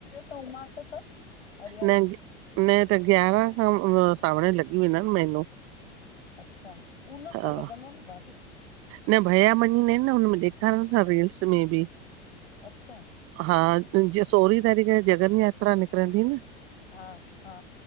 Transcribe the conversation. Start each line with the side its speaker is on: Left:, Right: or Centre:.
Left: तौमास त हरियाली
Right: न न त ग्यारह खां सावणं लॻी हुई न न मेनू
Left: अच्छा पूनम
Right: हा
Left: खां लॻंदो न भाभी
Right: न भयामञींदा आहिन न हुनमें ॾेखारनि था रील्स में बि
Left: अच्छा
Right: हा जीअ सोरहीं तारीख़ जगन यात्रा निकिरंदी न।
Left: हा हा